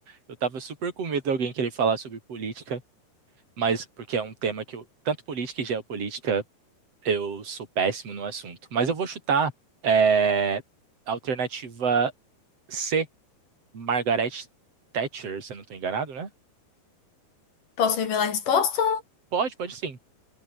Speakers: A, on the right (about 35°); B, on the left (about 50°).
A: Eu estava super com medo de alguém querer falar sobre política, mas porque é um tema que eu, tanto política e geopolítica, eu sou péssimo no assunto. Mas eu vou chutar é, alternativa C, Margaret Thatcher, se eu não estou enganado, né?
B: Posso revelar a resposta?
A: Pode, pode sim.